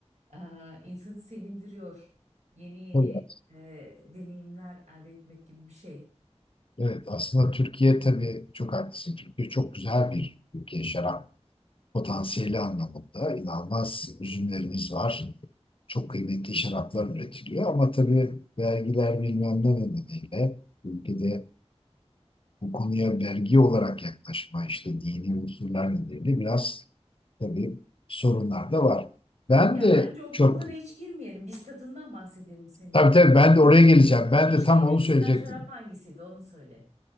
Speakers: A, on the right (about 85°); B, on the left (about 50°).
A: e, insanı sevindiriyor. Yeni yeni
B: tabii.
A: e, deneyimler elde etmek gibi bir şey.
B: evet aslında Türkiye tabii çok haklısın. Türkiye çok güzel bir ülke şarap potansiyeli anlamında. inanılmaz üzümlerimiz var. Çok kıymetli şaraplar üretiliyor ama tabii vergiler bilmem ne nedeniyle ülkede bu konuya vergi olarak yaklaşma işte dini unsurlar nedeniyle biraz tabii sorunlar da var. Ben
A: Ya
B: de
A: bence o
B: çok
A: konulara
B: tabii
A: hiç girmeyelim. Biz tadından bahsedelim seninle.
B: tabii, tabii ben
A: Yani
B: de oraya geleceğim. Ben
A: içtiğin
B: de tam
A: en
B: onu söyleyecektim.
A: güzel şarap hangisiydi onu söyle.